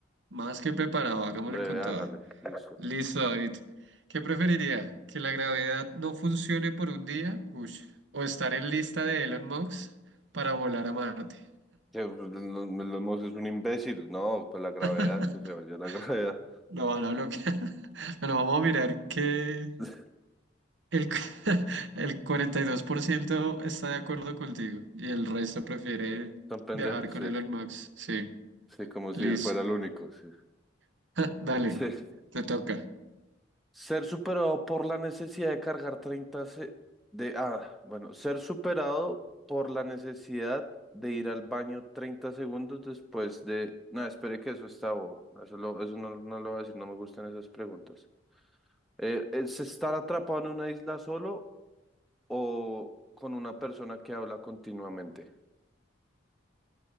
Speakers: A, on the right; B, in the centre.
A: Más que preparado, hagámosle
B: Breve,
A: con
B: hágale.
A: todo.
B: Listo.
A: Listo, David. ¿Qué preferiría? ¿Que la gravedad no funcione por un día? Ush. ¿O estar en lista de Elon Musk para volar a Marte?
B: Que, pues, no- me lo hemos- es un imbécil. No, pues la gravedad,
A: <laughs>
B: que se vaya la gravedad.
A: Lo van a bloquear. <laughs> Bueno, vamos a mirar que
B: <laughs>
A: el, cu- <laughs> el 42% está de acuerdo contigo y el resto prefiere
B: Son pendejos,
A: viajar con
B: sí.
A: Elon Musk. Sí,
B: Sí, como
A: listo.
B: si él fuera el único, sí.
A: <laughs> Dale,
B: Sí.
A: te toca.
B: Ser superado por la necesidad de cargar 30 se- de ah, bueno, ser superado por la necesidad de ir al baño 30 segundos después de no, espere que eso está bobo. No, Eso, lo- eso no, no lo voy a decir, no me gustan esas preguntas. Eh, ¿es estar atrapado en una isla solo o con una persona que habla continuamente?